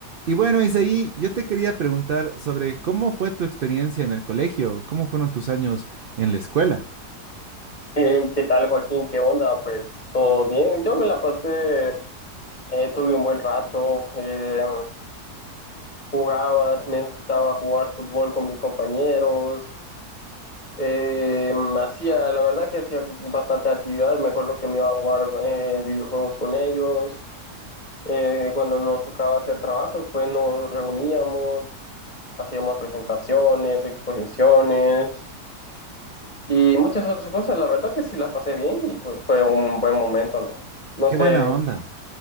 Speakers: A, on the right; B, on the left.
A: Y bueno, Isaí, yo te quería preguntar sobre cómo fue tu experiencia en el colegio, cómo fueron tus años en la escuela.
B: Hey, ¿qué tal, Joaquín? ¿Qué onda? Pues todo bien. Yo me la pasé, eh, tuve un buen rato, eh, jugaba, me gustaba jugar fútbol con mis compañeros, eh, hacía, la verdad que hacía bastante actividad. Me acuerdo que me iba a jugar eh, videojuegos con ellos. Eh, cuando nos tocaba hacer trabajos, pues nos reuníamos, hacíamos presentaciones, exposiciones. Y muchas otras cosas, la verdad que sí la pasé bien y pues fue un buen momento, ¿no? No
A: Qué
B: sé,
A: buena onda.